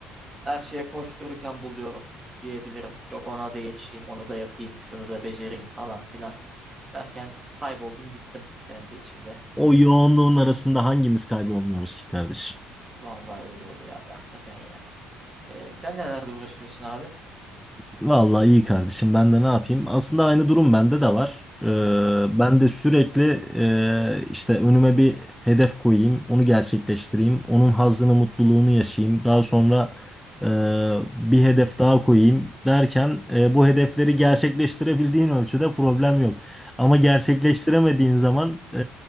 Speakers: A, on the right; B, in the centre.
A: her şeye koştururken buluyorum diyebilirim. Yok ona da yetişeyim, onu da yapayım, şunu da becereyim falan filan derken kayboldum gittim kendi içimde.
B: O yoğunluğun arasında hangimiz kaybolmuyoruz ki kardeşim?
A: Valla öyle oluyor abi hakikaten ya. Ee, sen nelerle uğraşıyorsun abi?
B: Vallahi iyi kardeşim ben de ne yapayım? Aslında aynı durum bende de var. Ee,
A: Hı hı,
B: ben de sürekli e, işte önüme bir hedef koyayım, onu gerçekleştireyim, onun hazzını, mutluluğunu yaşayayım. Daha sonra e, bir hedef daha koyayım derken e, bu hedefleri gerçekleştirebildiğin ölçüde problem yok. Ama
A: hı
B: gerçekleştiremediğin
A: hı.
B: zaman e,